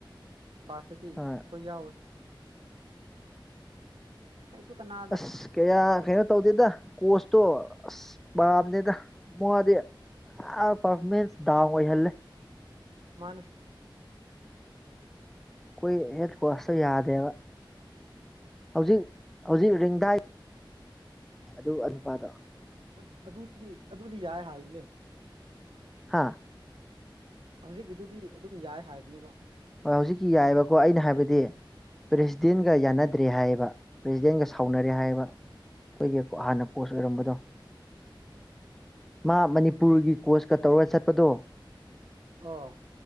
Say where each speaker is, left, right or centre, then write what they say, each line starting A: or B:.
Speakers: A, on the right; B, in the centre.
A: ꯐꯥꯔꯁꯇꯗꯤ
B: ꯑꯥ
A: ꯑꯈꯣꯏ ꯌꯥꯎꯋꯦ ꯀꯩꯁꯨ ꯀꯅꯥ
B: ꯑꯁ ꯀꯌꯥ ꯀꯩꯅꯣ ꯇꯧꯗꯦꯗ ꯀꯣꯁꯇꯣ ꯑꯁ ꯄꯥꯝꯗꯦꯗ ꯃꯗꯤ ꯑ ꯄꯔꯐꯃꯦꯟꯁ ꯗꯥꯎꯟ ꯑꯣꯏꯍꯜꯂꯦ
A: ꯃꯥꯅꯦ
B: ꯀꯣꯏ ꯍꯦꯠ ꯀ꯭ꯋꯥꯁꯇꯣ ꯌꯥꯗꯦꯕ ꯍꯧꯖꯤꯛ ꯍꯧꯖꯤꯛ ꯔꯤꯡꯗꯥꯏ ꯑꯗꯨ ꯑ ꯅꯨꯄꯥꯗꯣ
A: ꯑꯠ ꯑꯗꯨꯗꯤ ꯑꯗꯨꯗꯤ ꯌꯥꯏ ꯍꯥꯏꯕꯅꯦ
B: ꯍꯥꯥ
A: ꯍꯧꯖꯤꯛꯀꯤꯗꯨꯗꯤ ꯑꯗꯨꯝ ꯌꯥꯏ ꯍꯥꯏꯕꯅꯦꯕ
B: ꯍꯣꯏ ꯍꯧꯖꯤꯛꯀꯤ ꯌꯥꯏꯌꯦꯕꯀꯣ ꯑꯩꯅ ꯍꯥꯏꯕꯗꯤ ꯄ꯭ꯔꯦꯁꯤꯗꯦꯟꯒ
A: ꯎꯝ
B: ꯌꯥꯅꯗ꯭ꯔꯦ ꯍꯥꯏꯌꯦꯕ ꯄ꯭ꯔꯦꯁꯤꯗꯦꯟꯒ ꯁꯥꯎꯅꯔꯦ ꯍꯥꯏꯕ ꯑꯈꯣꯏꯒꯤ
A: ꯑꯣ
B: ꯍꯥꯟꯅ ꯀꯣꯆ ꯑꯣꯏꯔꯝꯕꯗꯣ ꯃꯥ ꯃꯅꯤꯄꯨꯔꯒꯤ ꯀꯣꯆꯀ ꯇꯧꯔꯒ ꯆꯠꯄꯗꯣ
A: ꯑꯣ